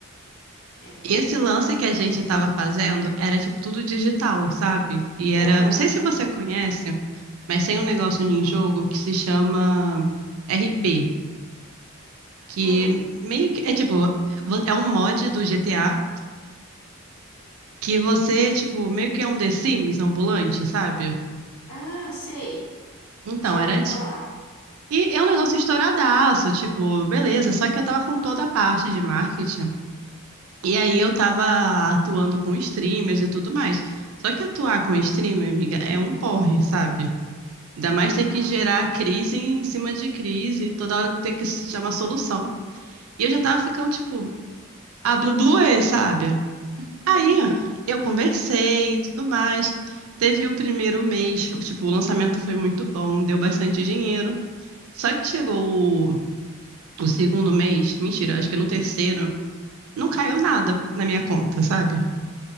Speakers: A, on the left; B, on the right.
A: É bem
B: E esse
A: complicado.
B: lance que a gente estava fazendo era tipo tudo digital, sabe? E era,
A: Aham.
B: não sei se você conhece, mas tem um negócio em jogo que se chama RP, que
A: Hum.
B: meio que é tipo, é um mod do GTA V que você, tipo, meio que é um The Sims ambulante, sabe?
A: Ah, sei.
B: Então,
A: Já
B: era.
A: ouvi falar.
B: de- E é um negócio estouradaço, tipo, beleza, só que eu tava com toda a parte de marketing. E aí eu tava atuando com streamers e tudo mais. Só que atuar com streamer, amiga, é um porre, sabe? Ainda mais ter
A: Hum.
B: que gerar crise em cima de crise, toda hora ter que chamar solução. E eu já tava ficando, tipo, a blu blu é, sabe?
A: <laughs>
B: Aí eu conversei e tudo mais. Teve o primeiro mês, tipo, o lançamento foi muito bom, deu bastante dinheiro. Só que chegou o, o segundo mês, mentira, acho que no terceiro, não caiu nada na minha conta, sabe?